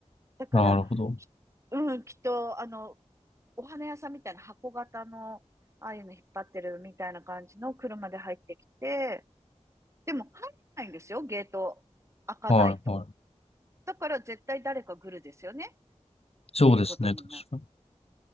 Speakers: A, on the right (about 25°); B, on the left (about 55°).
A: だから、
B: なるほど。
A: きうん、きっと、あの、お花屋さんみたいな箱型の、ああいうの引っ張ってるみたいな感じの車で入ってきて、でも入れないんですよ、ゲート開かないと。
B: はい。はい。
A: だから絶対誰か来るですよね、
B: そうですね。
A: っていうことになる。
B: 確かに。